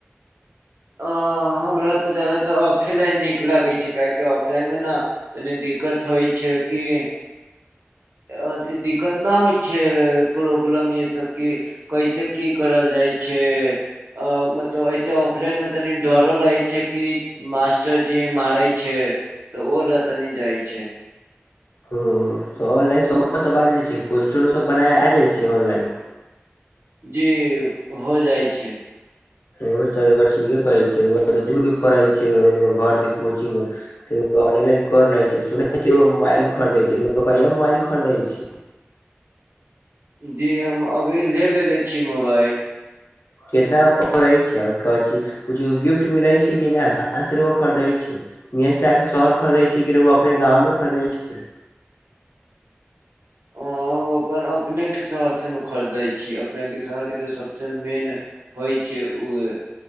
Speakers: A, on the right; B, on the left.
A: अ हमरा तऽ ज्यादातर ऑफेलाइन नीक लागै छै काहेकि ऑफलाइन मे ना तनि दिक्कत होइ छै कि अथी दिक्कत ना होइ छै प्रॉब्लम ई सबके कैसे की करल जाइ छै अ मतलब ऐसे ऑफलाइन में तनी डरो रहे छै कि मास्टरजी मारै छै तऽ ओ लऽ तनी जाइ छै।
B: ओ तऽ ऑनलाइन <unintelligible> कोस्चनो सब बनाय आ जाइ छै ऑनलाइन?
A: जी हो जाइ छै।
B: ओ तऽ रउआ ठीके कहै छैऽ रउआ के दूर भी पड़ै छै रउआ घर से कोचिंग तऽ रउआ ऑनलाइने कर लै छी, सुनै छी रउआ मोबाइल खरदै छी। रउआ इसे मोबाइल खरदै छी?
A: जी हम अभी ले लेलेे छी मोबाइल।
B: केतना पडै छै <unintelligible> कुछो गिफ्ट मिलै छै कि ना, कहाँ से रउआ खरदै छी? इहें से आके शहर खरदै छी कि रउआ अपने गाँव मे खरदै छी?
A: ओ अपन अपनेके शहर से नु खरदै छी अपनेके शहरके जे सबसे मेन होई छै उहे